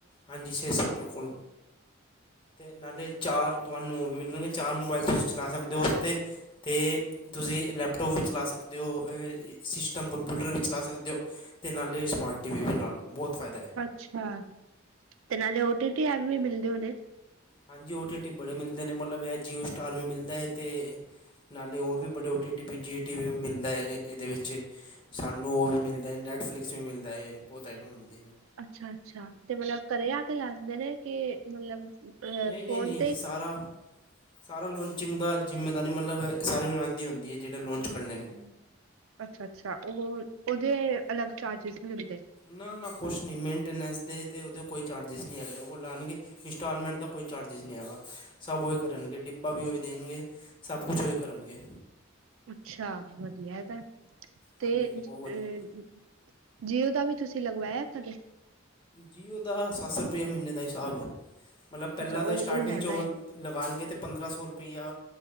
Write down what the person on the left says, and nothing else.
ਹਾਂਜੀ, ਛੇ ਸੌ ਰੁਪਏ ਫੋੱਲ। ਤੇ ਨਾਲੇ ਚਾਰ ਤੁਆਨੂੰ ਮਿਲਨਗੇ ਚਾਰ ਮੋਬਾਈਲ ਤੁਸੀਂ ਚਲਾ ਸਕਦੇ ਓ ਤੇ ਤੇ ਤੁਸੀ ਲੈਪਟੋਪ ਵੀ ਚਲਾ ਸਕਦੇ ਓ ਅ ਸਿਸਟਮ ਕੰਪਿਊਟਰ ਵੀ ਚਲਾ ਸਕਦੇ ਓ ਤੇ ਨਾਲੇ ਸਮਾਰਟ ਟੀ ਵੀ ਨਾਲੇ ਬੌਤ ਫਾਇਦਾ ਐ।
ਹਾਂਜੀ, ਓ ਟੀ ਟੀ ਬੜੇ ਮਿਲਦੇ ਨੇ ਮਤਲਬ ਐ ਜੀਓ ਸਟਾਰ ਵੀ ਮਿਲਦਾ ਏ ਤੇ ਨਾਲੇ ਹੋਰ ਵੀ ਬੜੇ O T T V G T V ਮਿਲਦਾ ਏ ਇਦੇ ਵਿੱਚ ਸਾਨੂੰ ਓ ਵੀ ਮਿਲਦਾ ਨੈੱਟਫਲਿਕਸ ਵੀ ਮਿਲਦਾ ਏ ਬੌਤ ਆਈਟਮਾਂ ਮਿਲਦੀਆਂ ਨੇ।
ਨਈ, ਨਈ,
ਨਈ,
ਸਾਰਾ ਸਾਰਾ ਲੋਂਚਿੰਗ ਦਾ ਜ਼ਿੰਮੇ ਪਤਾ ਨੀ ਮਤਲਬ ਸਾਰੀ <unintelligible> ਹੁੰਦੀ ਏ ਜੇੜੇ ਲੋਂਚ ਕਰਨੇ ਨੇ।
ਨਾ-ਨਾ ਕੁਛ ਨੀ ਮੇਂਟੇਨੈਸ ਦੇ ਤੇ ਉਦੇ ਕੋਈ ਚਾਰਜਿਜ ਨੀ ਹੈਗੇ ਓ ਲਾਣਗੇ ਇੰਸਟਾਲਮੈਂਟ ਦਾ ਕੋਈ ਚਾਰਜਿਜ ਨਈ ਹੈਗਾ ਸਬ ਓ ਹੀ ਕਰਨਗੇ। ਡਿੱਬਾ ਵੀ ਓਹੀ ਦੇਣਗੇ ਸਬ ਕੁਛ ਓਹੀ ਕਰਨਗੇ।
ਹਾਂਜੀ-ਹਾਂਜੀ ਬਹੁਤ
ਵਧੀਆ
ਜੀਓ ਦਾ ਸੱਤ ਸੌ ਰੁਪਇਆ ਮਹੀਨੇ ਦਾ ਹਿਸਾਬ ਏ। ਮਤਲਬ ਪੈਲਾਂ
ਤਾਂ ਸਟਾਰਟਿੰਗ
ਚ ਓ
ਲਗਾਣਗੇ ਤਾਂ ਪੰਦਰਾਂ ਸੌ ਰੁਪਇਆ